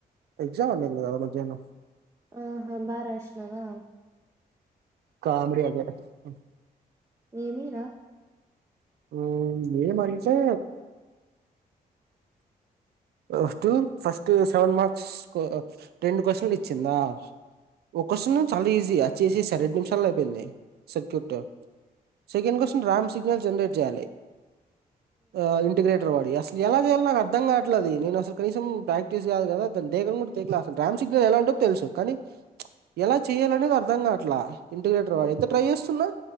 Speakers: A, on the right; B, on the right.
A: ఎగ్జామ్ ఉన్నది కదా మధ్యాహ్నం.
B: ఆహ్ బాగా రాసినావా.
A: కామిడి అదే ఉహూ.
B: ఏమీ రా.
A: ఉమ్ ఏమి అంటే. ఆఫ్టర్నూన్ ఫస్ట్ సెవెన్ మార్క్స్ కు ఆహ్ రెండు క్వశ్చన్లు ఇచ్చింది మ్యామ్. ఒక క్వశ్న్ చాలా ఈజీ ఆహ్ చేసేశాను నిమిషాలో అయిపోయింది circuit. Second question Ram signal generate చేయాలి ఆహ్ ఇంటిగ్రేట్. సోది అసలు ఎలాది అన్ నక్ అర్థంకావట్ ఎట్లాది నేను అసలు కనీసం ప్రాక్టీస్ కాదు కదా దాని దేకాన్ కూడ దేకాలే అసలు రామ్ సిగ్నల్ ఎలా ఉందో తెలుసు కానీ ప్చ్. ఎలా చేయాలనేది అర్థం కావట్లే ఇంటిగ్రేటర్వా ఎంత ట్రై చేస్తున్నా